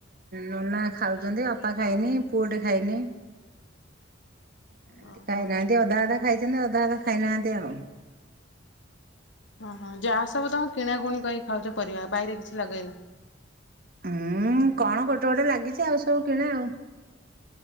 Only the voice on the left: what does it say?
ଓହୋ
ଓହୋ ଯାହା ସବୁ ତମ କିଣାକୁଣି କରି ଖାଉଛ ପରିବା ବାଇରେ କିଛି ଲଗେଇନ?